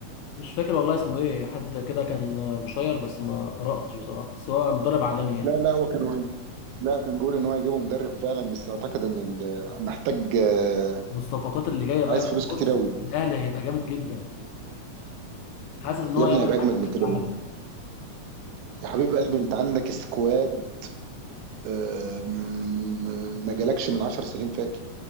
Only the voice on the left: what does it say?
مش فاكر والله اسمه ايه حد كده كان آه، مشير بس ما قراتش بصراحه بس هو مدرب عالمي يعني
والصفقات اللي جايه بقى
بص
الاهلي هيبقى جامد جدا حاسس ان
هو
يعمل
حاجه في
كاس
العالم